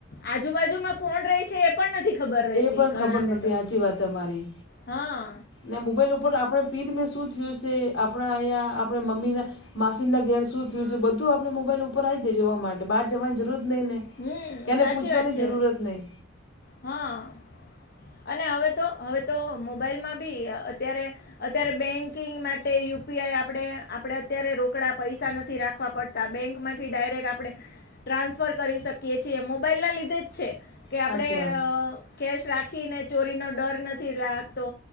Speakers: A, on the left (about 50°); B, on the left (about 65°).
A: આજુબાજુમાં કોણ રે છે એપ પણ નથી ખબર રહેતી
B: એ પણ
A: ઘણા
B: ખબર
A: ને
B: નથી
A: તો
B: સાચી વાત તમારી
A: હા.
B: ને મોબાઈલ ઉપર આપણે પીર મેં શું થયું છે આપણા અહીંયા આપણે મમ્મીના માસીના ઘેર શું થ્યું છે બધું આપણે મોબાઈલ ઉપર આઈ જઈ જોવા માટે બહાર જવાની જરૂર નહીં ને.
A: હમ
B: કેને
A: સાચી
B: પૂછવાની
A: વાત છે
B: જરૂરત નહી.
A: હા. અને હવે તો હવે તો મોબાઈલમાં બી અત્યારે અત્યારે બેંકિંગ માટે યુપીઆઈ આપણે આપડે અત્યારે રોકડા પૈસા નથી રાખવા પડ તા બેંક માંથી ડાયરેક્ટ આપણે ટ્રાન્સફર કરી શકીએ છીએ મોબાઈલ ના લીધે જ છે કે
B: સાચી
A: આપડે
B: વાત
A: અ કેશ રાખી ને ચોરી નો ડર નથી લાગતો.